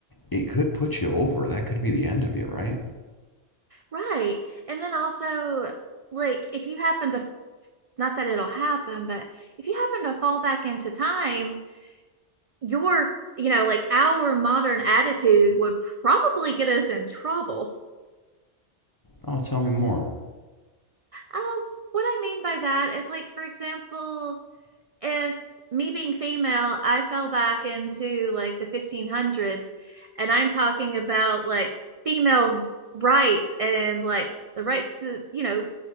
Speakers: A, on the left; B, on the right.
A: it could put you over. That could be the end of you, right?
B: right. And then also, like, if you happen to, not that it'll happen, but if you happen to fall back into time, your you know like our modern attitude would probably get us in trouble
A: Oh, tell me more.
B: uh, what i mean by that is like for example if me being female i fell back into like the 1500s and i'm talking about like female rights and like the rights to you know